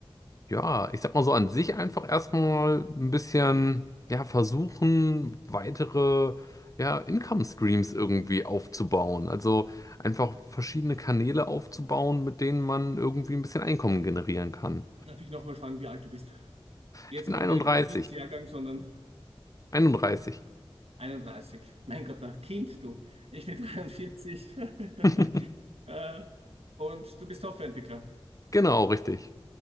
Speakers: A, on the left (about 35°); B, on the right (about 75°).
A: ja, ich sag mal so an sich einfach erstmal ein bisschen, ja, versuchen, weitere, ja, Income Streams irgendwie aufzubauen. Also einfach verschiedene Kanäle aufzubauen, mit denen man irgendwie ein bisschen Einkommen generieren kann.
B: Darf ich nochmal fragen, wie alt du bist? Jetzt
A: Ich bin 31.
B: ohne Geburtsjahrgang, sondern
A: 31.
B: 31. Mein Gott, na, Kind, du. Ich bin 43. <laughs>
A: <laughs>
B: äh, und du bist Softwareentwickler.
A: Genau, richtig.